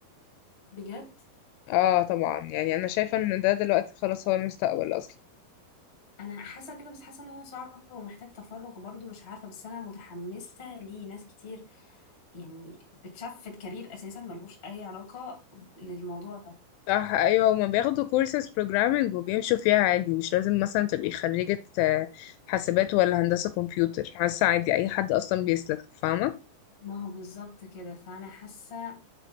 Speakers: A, on the left; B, on the left.
A: بجد
B: اه طبعا يعني انا شايفة ان ده دلوقتي خلاص هو المستقبل اصلا
A: انا حاسة كده بس حاسة ان هو صعب ومحتاج تفرغ برضو مش عارفة بس انا متحمسة ليه ناس كتير يعني بتشفت كارير اساسا ملوش اي علاقة للموضوع ده
B: صح ايوه هما بياخدوا كورسز بروجرامنج وبيمشوا فيها عادي مش لازم مثلا تبقي خريجة آه، حاسبات ولا هندسة كمبيوتر حاسة عادي اي حد اصلا بيسلك فاهمة
A: ما هو بالظبط كده فانا حاسة